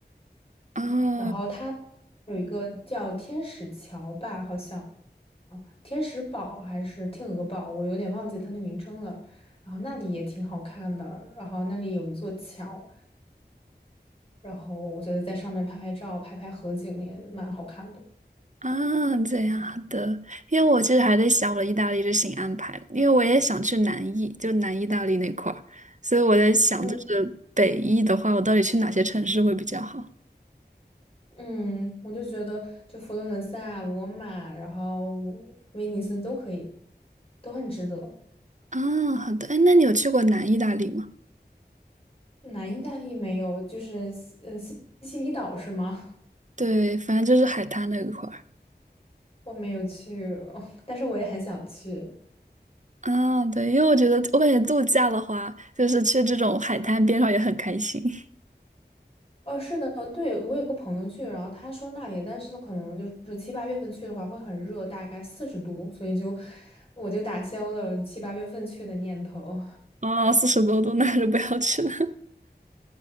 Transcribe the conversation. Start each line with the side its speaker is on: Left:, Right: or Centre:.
Right: 哦
Left: 然后它有一个叫天使桥吧，好像天使堡还是天鹅堡，我有点忘记它的名称了。然后那里也挺好看的，然后那里有一座桥，然后我觉得在上面拍拍照、拍拍合景也蛮好看的。
Right: 啊，这样的，因为我其实还在想我的意大利之行安排，因为我也想去南意，就南意大利那块儿，所以我在想，
Left: 嗯。
Right: 就是北意的话，我到底去哪些城市会比较好？
Left: 嗯，我就觉得就佛罗伦萨啊、罗马，然后威尼斯都可以，都很值得。
Right: 啊，好的，哎，那你有去过南意大利吗？
Left: 南意大利没有，就是西呃西西西里岛是吗？
Right: 对，反正就是海滩那一块儿。
Left: <laughs> 我没有去，<laughs> 但是我也很想去。
Right: 啊，对，因为我觉得，我感觉度假的话，就是去这种海滩边上也很开心。<laughs>
Left: 哦，是的，对，我有个朋友去，然后他说那里，但是可能就是七八月份去的话会很热，大概四十度，所以就我就打消了七八月份去的念头。
Right: 啊，四十多度，那还是不要去了。